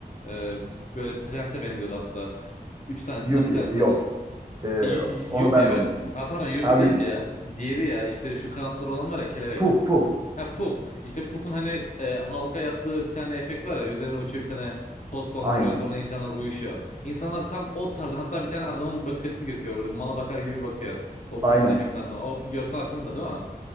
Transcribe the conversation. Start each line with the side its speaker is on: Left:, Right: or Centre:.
Left: Ee, Böyle prense benziyordu hatta. Üç tanesinden
Right: Yupi,
Left: bir tanesi
Right: yok.
Left: zaten.
Right: Ee,
Left: Y- Y-
Right: onu
Left: Yuppie
Right: ben
Left: evet.
Right: de unuttum.
Left: Ha, pardon Yuppie
Right: Ha Yupi.
Left: değildi ya. Diğeri ya işte şu kanatları olan var ya kelebek.
Right: Puf puf.
Left: Ha Puff. İşte Puff'un hani e, halka yaptığı bir tane efekt var ya. Üzerine uçuyor bir tane toz konduruyor
Right: Aynen.
Left: sonra insanlar uyuşuyor. İnsanlar tam o tarzda hatta bir tane adamın bakış açısı gözüküyor. Böyle mala bakar gibi bakıyor. O
Right: Aynen.
Left: Puff'un efektinden sonra. O görsel aklımda değil mi?